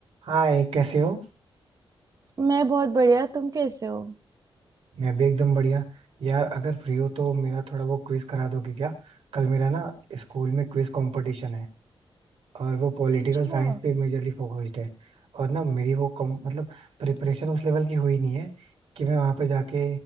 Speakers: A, on the right; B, on the right.
A: हाय कैसे हो
B: मैं बहुत बढ़िया तुम कैसे हो
A: मैं भी एकदम बढ़िया यार अगर फ्री हो तो मेरा थोड़ा वो क्विज करा दोगे क्या कल मेरा ना स्कूल में क्विज कंपटीशन है और वो पॉलिटिकल
B: अच्छा
A: साइंस पे मेजरली फोकस्ड है और ना मेरी वो कम, मतलब प्रिपरेशन उस लेवल की हुई नहीं है कि मैं वहां पे जाके